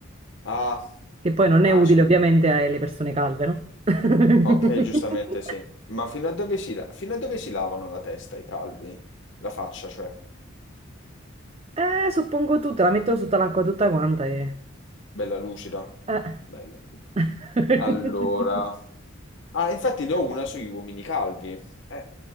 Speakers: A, on the left (about 60°); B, on the right (about 30°).
A: Ah,
B: che poi non è
A: ah
B: utile
A: sì.
B: ovviamente alle persone calve, no? <laughs>
A: Ok, giustamente sì. Ma fino a dove si, la- fino a dove si lavano la testa i calvi? La faccia, cioè.
B: Eh, suppongo tutta, la mettono sotto l'acqua tutta quanta e...
A: Bella lucida.
B: eh.
A: Bello.
B: <laughs>
A: Allora... Ah, infatti ne ho una sugli uomini calvi. Eh,